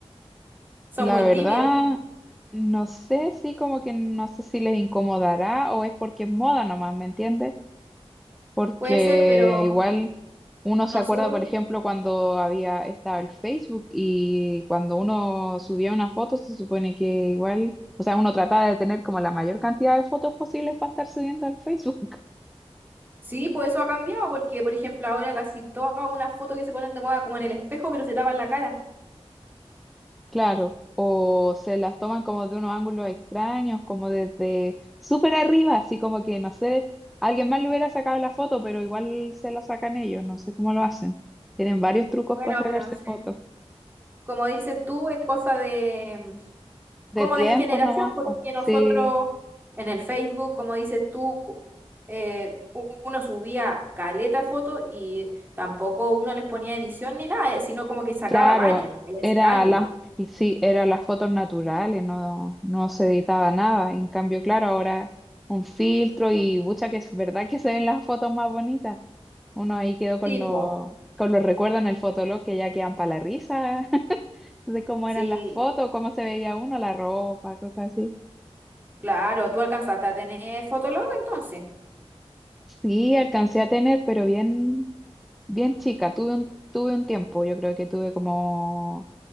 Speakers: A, on the right; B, in the centre.
A: Son
B: La
A: muy
B: verdad,
A: tímidos.
B: no sé si como que no sé si les incomodará o es porque es moda nomás, ¿me entiendes? porque
A: Puede ser, pero
B: igual uno se
A: no
B: acuerda,
A: suben
B: por
A: mucho.
B: ejemplo, cuando había estaba el Facebook y cuando uno subía una foto, se supone que igual, o sea, uno trataba de tener como la mayor cantidad de fotos posibles para estar subiendo al Facebook, <laughs>
A: Sí, pues eso ha cambiado, porque por ejemplo ahora casi todas unas fotos que se ponen de moda como en el espejo, pero se tapan la cara.
B: claro. O se las toman como de unos ángulos extraños, como desde súper arriba, así como que, no sé, alguien más le hubiera sacado la foto, pero igual se la sacan ellos, no sé cómo lo hacen. Tienen varios trucos
A: Bueno,
B: para sacarse
A: pero sí.
B: fotos.
A: Como dices tú, es cosa de, mm,
B: De
A: como
B: tiempos
A: de generación,
B: nomás,
A: porque
B: po.
A: nosotros
B: Sí.
A: en el Facebook, como dices tú, eh, u- uno subía caleta de fotos y tampoco uno les ponía edición ni nada, eh, sino como que sacaba
B: Claro,
A: varias, no le decía
B: era
A: álbum.
B: las, sí, eran las fotos naturales, no, no se editaba nada. En cambio, claro, ahora un filtro y mucha que es verdad que se ven las fotos más bonitas. Uno ahí quedó con
A: Tipo,
B: los, con los recuerdos en el fotolog que ya quedan para la risa <laughs> de cómo
A: sí,
B: eran las fotos, cómo se veía uno, la ropa, cosas así.
A: claro, tú alcanzaste a tener Fotolog entonces.
B: Sí, alcancé a tener, pero bien, bien chica. Tuve un, tuve un tiempo, yo creo que tuve como